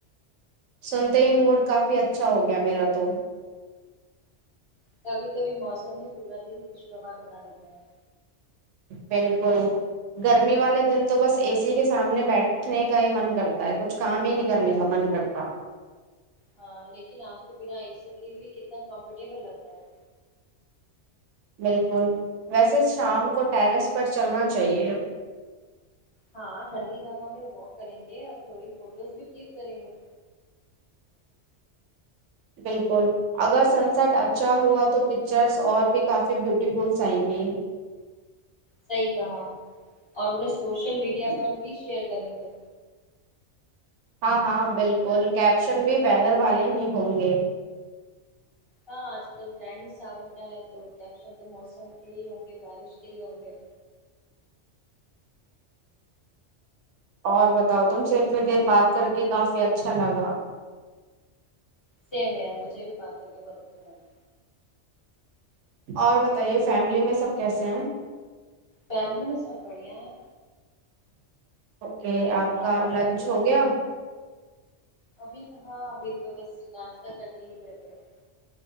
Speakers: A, on the right (about 85°); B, on the left (about 25°).
A: سنتے ہی موڈ کافی اچھا ہو گیا میرا تو
B: کبھی کبھی موسم ہی پورا دن خوشگوار بنا دیتا ہے
A: بالکل گرمی والے دن تو بس اے سی کے سامنے بیٹھنے کا ہی من کرتا ہے کچھ کام ہی نہیں کرنے کا من کرتا
B: ہاں لیکن آج تو بنا اے سی کے بھی کتنا کمفرٹیبل لگ رہا ہے
A: بالکل ویسے شام کو ٹیرس پر چلنا چاہیے
B: ہاں ٹھنڈی ہوا میں واک کریں گے اور تھوڑی فوٹوز بھی کلک کریں گے
A: بالکل اگر سن سٹ اچھا ہوا تو پچرس اور بھی کافی بیوٹیفلس آئیں گے
B: صحیح کہا اور انہیں سوشل میڈیا پر بھی شیئر کریں گے
A: ہاں ہاں بالکل کیپشن بھی ویدر والے ہی ہوں گے
B: ہاں آج کل ٹائنی ساون کا ہے تو کیپشن تو موسم کے ہی ہوں گے بارش کے ہی ہوں گے
A: اور بتاؤ تم سے اتنی دیر بات کر کے کافی اچھا لگا
B: سیم یار مجھے بھی بات کر کے بہت اچھا لگا
A: اور بتائیے فیملی میں سب کیسے ہیں
B: فیملی میں سب بڑھیا ہیں
A: اوکے آپ
B: اور
A: کا
B: کی
A: لنچ
B: فیملی
A: ہو گیا
B: ابھی تو ہاں ابھی تو بس ناشتہ کر کے ہی بیٹھے ہیں